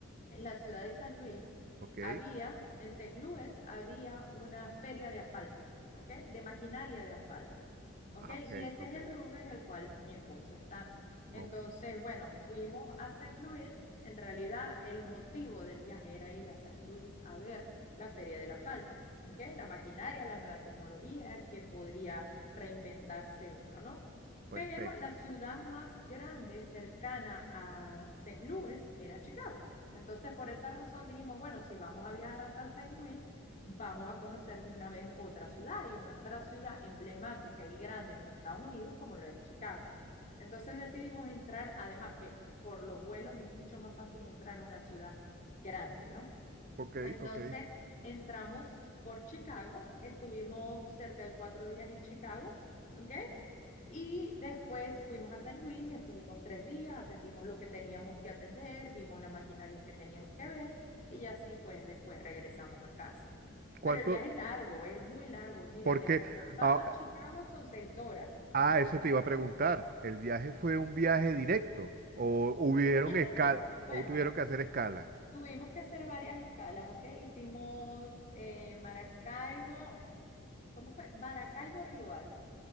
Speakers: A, on the left; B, on the right.
A: en la ciudad de San Luis
B: Ok,
A: había, en Saint Louis había una feria de asfalto, ¿ok? De maquinaria de asfalto, ¿ok?
B: ah, ok,
A: Y ese
B: ok,
A: es el rubro en el cual mi esposo está. Entonces,
B: ok,
A: bueno, fuimos a Saint Louis. En realidad, el motivo del viaje era ir a Saint Louis a ver la feria del asfalto, ¿ok? La maquinaria, la nueva tecnología que podría reinventarse uno, ¿no?
B: perfecto.
A: Pero la ciudad más grande cercana a Saint Louis era Chicago. Entonces, por esa razón dijimos, bueno, si vamos a viajar hasta Saint Louis, vamos a conocer de una vez otra ciudad y una otra ciudad emblemática y grande en los Estados Unidos como lo es Chicago. Entonces decidimos entrar, además que por los vuelos es mucho más fácil entrar a una ciudad grande, ¿no?
B: Ok,
A: Entonces
B: ok.
A: entramos por Chicago, estuvimos cerca de cuatro días en Chicago, ¿ok? Y después fuimos a San Luis, estuvimos tres días, atendimos lo que teníamos que atender, vimos las maquinarias que teníamos que ver y así pues después regresamos a casa.
B: ¿Cuánto?
A: Pero el viaje es largo, es muy largo. Mira,
B: Porque,
A: de Bogotá
B: ah,
A: a Chicago son seis horas.
B: ah, eso te iba a preguntar. ¿El viaje fue un viaje directo o hubieron
A: Es un viaje
B: escala
A: directo. Bueno,
B: o tuvieron que hacer escala?
A: tuvimos que hacer varias escalas, ¿ok? Hicimos eh, Maracaibo, ¿Cómo fue? Maracaibo, Riohacha.